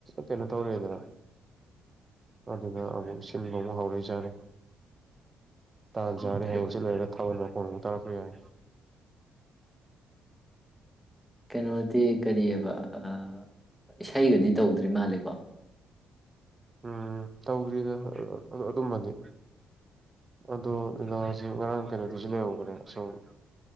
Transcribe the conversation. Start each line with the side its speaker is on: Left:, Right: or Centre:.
Right: ꯀꯩꯅꯣ ꯇꯧꯔꯦꯗꯅ꯫ ꯑꯗꯨꯅ ꯑꯃꯨꯛ ꯁꯤꯟꯕ ꯃꯨꯛ ꯍꯥꯎꯔꯤ <unintelligible> ꯇꯥꯟꯆꯥꯔꯗꯤ
Centre: ꯑꯣꯀꯦ
Right: ꯍꯌꯦꯡ ꯆꯤꯠ ꯂꯩꯔꯒ ꯊꯥꯕꯜ ꯃꯈꯣꯟ ꯇꯥꯔꯄ ꯌꯥꯏ꯫
Centre: ꯀꯩꯅꯣꯗꯤ ꯀꯔꯤ ꯑꯕ ꯑ-ꯏꯁꯩꯒꯗꯤ ꯇꯧꯗ꯭ꯔꯤ ꯃꯥꯂꯦꯀꯣ꯫
Right: ꯎꯝ ꯇꯧꯗ꯭ꯔꯤꯗ꯫ ꯑꯗꯣ ꯑꯗꯨꯝꯕꯗꯤ꯫ ꯑꯗꯣ ꯂꯤꯂꯥꯁꯦ ꯉꯔꯥꯡ ꯀꯩꯅꯣꯗꯨꯁꯨ ꯂꯩꯍꯧꯕꯅꯦ ꯑꯁꯣꯨꯝ